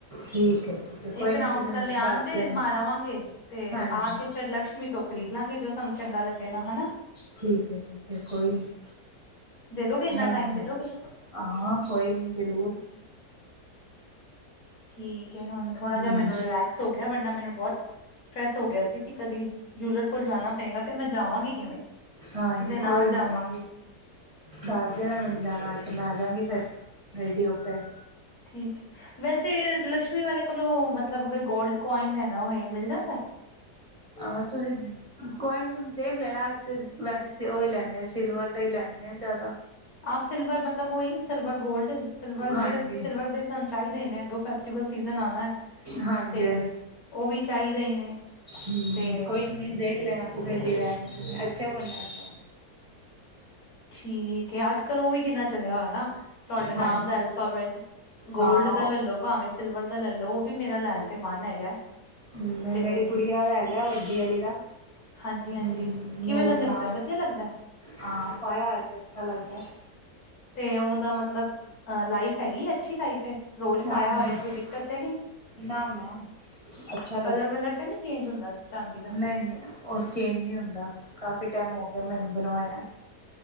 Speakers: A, on the right; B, on the left.
A: ਠੀਕ ਹੈ ਠੀਕ ਹੈ ਕੋਈ
B: ਇਕ
A: ਨਹੀਂ
B: ਰਾਊਂਡ
A: ਤੁਸੀਂ
B: ਕਲਿਆਣ
A: ਮੈਨੂੰ ਦੱਸ
B: ਤੇ
A: ਦੇਣਾ
B: ਮਾਰ ਆਵਾਂਗੇ, ਤੇ
A: ਹਾਂਜੀ
B: ਆ ਕੇ- ਫਿਰ ਲਕਸ਼ਮੀ ਤੋਂ ਖਰੀਦ ਲਵਾਂਗੇ, ਜੋ ਸਾਨੂੰ ਚੰਗਾ ਲਗੇਗਾ, ਹਨਾ।
A: ਠੀਕ ਹੈ, ਠੀਕ ਹੈ, ਕੋਈ ਨਹੀ
B: ਦੇ ਦੋਗੇ ਇੰਨਾ
A: ਦੱਸ
B: ਟਾਈਮ ਦੇ ਦੋਗੇ
A: ਦਿ- ਹਾਂ ਕੋਈ ਨਹੀ ਜਰੂਰ।
B: ਠੀਕ ਹੈ, ਹੁਣ ਥੋੜਾ
A: ਹਮ
B: ਜਿਹਾ ਮੈਨੂੰ ਰਿਲੈਕਸ ਹੋ ਗਿਆ ਵਰਨਾ ਮੈਨੂੰ ਬਹੁਤ ਸਟਰ੍ਰੈਸ ਹੋ ਗਿਆ ਸੀ ਕਿ ਕਦੀ ਜੂਲਰ ਕੋਲ ਜਾਣਾ ਪਏਗਾ, ਤੇ ਮੈਂ ਜਾਵਾਂਗੀ ਕਿਵੇ।
A: ਹਾਂਜੀ
B: ਕਿਦੇ ਨਾਲ
A: ਕੋਈ
B: ਜਾਵਾਂਗੀ
A: ਨਹੀਂ ਦੱਸ ਦਿਨਾ ਮੈਨੂੰ ਜਾਣਾ ਏ ਤੇ, ਮੈ ਆ ਜਾਗੀ ਫੇਰ ਰੇਡੀ ਹੋਕੇ-
B: ਠੀਕ ਹੈ, ਵੈਸੇ ਲਕਸ਼ਮੀ ਵਾਲੇ ਕੋਲੋ ਮਤਲਬ ਅਗਰ ਗੋਲਡ ਕੋਆਇਨ ਲੈ ਨਾ ਹੋਵੇ, ਮਿਲ ਜਾਦਾ।
A: ਆਹੋ ਤੁਸੀਂ ਕੋਈ ਨੀ ਕੋਈ ਦੇਖ ਲੈਣਾ, ਅਸੀ ਤੇ ਵੈਸੇ ਉਹ ਹੀ ਲੈਨੇ ਆ, ਸਿਲਵਰ ਦਾ ਹੀ ਲੈਨੇ ਆ ਜਿਆਦਾ।
B: ਆਹ ਸਿਲਵਰ ਮਤਲਬ ਉਹੀ, ਸਿਲਵਰ ਗੋਲਡ ਸਿਲਵਰ ਦੇ
A: ਹਾਂਜੀ
B: ਸਿਲਵਰ ਦੇ ਸਾਨੂੰ ਚਾਹੀਦੇ ਨੇ, ਅੱਗੋਂ ਫੈਸਟੀਵਲ ਸੀਜਨ ਆਉਣਾ ਹੈ,
A: ਹਾਂਜੀ
B: ਤੇ ਉਹ ਵੀ ਚਾਹੀਦਾ ਹੀ ਨੇ
A: ਹੂ,
B: ਤੇ
A: ਕੋਈ ਨਹੀਂ ਦੇਖ ਲੈਣਾ ਤੁਸੀੇ ਡਿਜ਼ਾਈਨ, ਅੱਛੇ ਬਣੇ ਹੋਂਦੇ ਨ
B: ਠੀਕ ਹੈ, ਅਜ ਕਲ੍ ਉਹ ਵੀ ਕਿੰਨਾ ਚਲਿਆ ਹੋਯਾ ਨਾ, ਤੁਹਾਡੇ ਨਾਮ
A: ਹਾਂਜੀ
B: ਦਾ ਅਲਫਾਬੈਟ। ਗੋਲਡ
A: ਹਾਂ
B: ਦਾ
A: ਹਾਂ
B: ਲੈਲੋ, ਭਾਵੇਂ ਸਿਲਵਰ ਦਾ ਲੈ ਲੋ, ਉਹ ਵੀ ਮੇਰਾ ਲੈਣ ਤੇ ਮਨ ਹੈਗਾ।
A: ਹੂ,
B: ਤੇ
A: ਮੇਰੀ ਗੁੜੀਆਂ ਦਾ ਹੈਗਾ ਵੱਡੀ ਵਾਲੀ ਦਾ
B: ਹਾਂਜੀ ਹਾਂਜੀ
A: ਹੂ,
B: ਕਿਵੇਂ
A: ਨੂਰ
B: ਦਾ ਲੱਗਦਾ
A: ਨਾ
B: ਵਧੀਆ ਲੱਗਦਾ
A: ਹਾਂ ਪਾਇਆ ਹੋਇਆ ਤੇ ਅਛਾ ਲਗਦਾ।
B: ਤੇ ਉਹਦਾ ਮਤਲਬ ਲਾਈਫ ਹੈਗੀ, ਅਛੀ ਲਾਈਫ ਹੈ। ਰੋਜ਼
A: ਹਾਂਜੀ
B: ਪਾਇਆ ਹੋਏ ਕੋਈ ਦਿੱਕਤ ਤੇ ਨੀ,
A: ਨਾ ਨਾ ਅੱਛਾ
B: ਕਲਰ ਵਲਰ ਤੇ ਨੀ ਚੇਂਜ ਹੁੰਦਾ, ਚਾਂਦੀ। ਦਾ
A: ਨਹੀ ਨਹੀ, ਉਹ ਚੇਜ ਨਹੀ ਹੁੰਦਾ, ਕਾਫੀ ਟਾਈਮ ਹੋ ਗਿਆ ਮੈਨੂੰ ਬਣਵਾਇਆ।